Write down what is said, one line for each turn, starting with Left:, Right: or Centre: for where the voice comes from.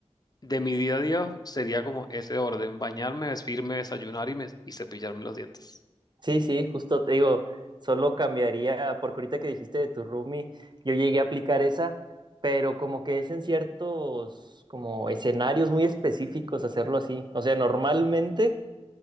Left: de mi día a día sería como ese orden, bañarme, vestirme, desayunar y, me- y cepillarme los dientes.
Right: Sí, sí, justo te digo, solo cambiaría, porque ahorita que dijiste de tu roomie, yo llegué a aplicar esa, pero como que es en ciertos como escenarios muy específicos hacerlo así. O sea, normalmente